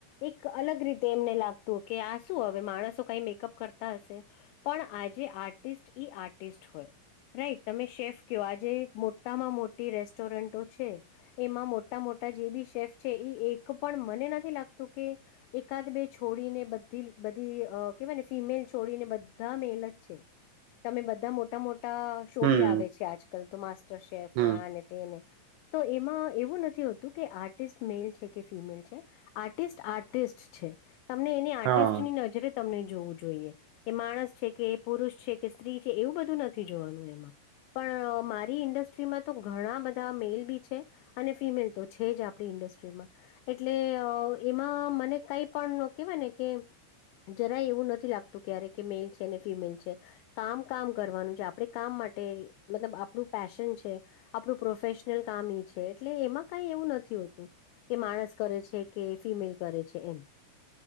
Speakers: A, on the left; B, on the right.
A: એક અલગ રીતે એમને લાગતું કે આ શું હવે માણસો કઈ મેકઅપ કરતા હશે. પણ આજે આર્ટિસ્ટ ઈ આર્ટિસ્ટ હોય. રાઈટ તમે શેફ કેવ આજે મોટામાં મોટી રેસ્ટોરન્ટો છે. એમાં મોટા મોટા જે બી શેફ છે ઈ એક પણ મને નથી લાગતું કે. એકાદ બે છોડીને બધી બધી અ કેવાય ને ફિમેલ છોડીને બધા મેલ જ છે. તમે બધા મોટા મોટા શો
B: હમ
A: બી આવે છે આજકાલ તો માસ્ટર શેફ
B: હમ
A: ને આને તેને. તો એમાં એવું નથી હોતું કે આર્ટિસ્ટ મેલ છે કે ફિમેલ છે. આર્ટિસ્ટ આર્ટિસ્ટ છે. તમને એની આર્ટિસ્ટની
B: હા
A: નજરે તમને જોવું જોઈએ એ માણસ છે કે એ પુરુષ છે. કે સ્ત્રી છે એવું બધું નથી જોવાનું એમાં પણ મારી ઇન્ડસ્ટ્રીમાં તો ઘણા બધા મેલ બી છે. અને ફિમેલ તો છે જ આપણી ઇન્ડસ્ટ્રીમાં. એટલે એમાં મને કઈ પણ કેવાય ને કે. જરાએ એવું નથી લાગતું ક્યારે કે મેલ છે ને ફિમેલ છે. કામ કામ કરવાનું છે આપડે કામ માટે મતલબ આપણું પેશન છે. આપણું પ્રોફેશનલ કામ‌ ઇ છે. એટલે એમાં કઈ એવું નથી હોતું. કે માણસ કરે છે કે ફિમેલ કરે છે એમ